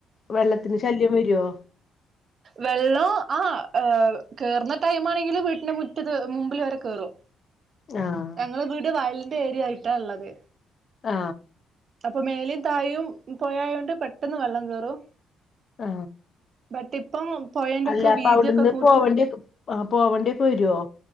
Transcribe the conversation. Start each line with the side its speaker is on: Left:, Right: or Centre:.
Left: വെള്ളത്തിന് ശല്യം വരുവോ?
Right: വെള്ളം ആ കേറുന്ന ടൈം ആണെങ്കിൽ വീട്ടിന്റെ മുറ്റത്ത് മുമ്പിൽ വരെ കേറും.
Left: ആഹ്
Right: ഞങ്ങള വീട് വയലിന്റെ ഏരിയ ആയിട്ടാ ഉള്ളത്.
Left: ആ
Right: അപ്പൊ മേലും തായും പോയായൊണ്ട് പെട്ടെന്ന് വെള്ളം കേറും.
Left: ആ
Right: ബട്ട് ഇപ്പം പൊഴേന്റെ
Left: അല്ല
Right: ഒക്കെ
Left: അപ്പൊ
Right: വീതിയൊക്കെ
Left: അവിടുന്ന്
Right: കൂട്ടി
Left: പോവണ്ടി ആ പോവേണ്ടിക്കെ വരുവോ?